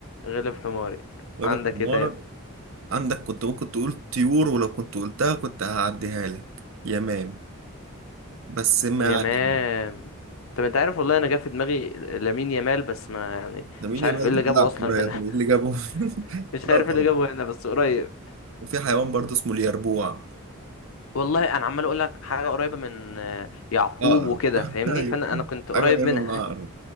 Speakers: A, on the left; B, on the right.
A: غلب حماري
B: غير
A: عندك
B: حمارك
A: ايه طيب
B: عندك كنت ممكن تقول طيور ولو كنت قلتها كنت هعديها لك يمام بس ما
A: يمام
B: علينا
A: طب انت عارف والله انا جا في دماغي لامين يامال بس ما يعني
B: ده مين
A: مش
B: يمال
A: عارف ايه اللي
B: ده بيلعب
A: جابه اصلا
B: كورة يا
A: هنا
B: ابني إيه اللي جابه <laughs>
A: <laughs> مش
B: لا
A: عارف
B: طبعا
A: ايه اللي جابه هنا بس قريب
B: وفي حيوان برضه اسمه اليربوع
A: والله انا عمال اقول لك حاجه قريبه من آه، يعقوب
B: عقرب
A: وكده
B: <laughs>
A: فاهمني
B: ايوه
A: فانا انا كنت قريب
B: حاجة قريبة
A: منها
B: من عقرب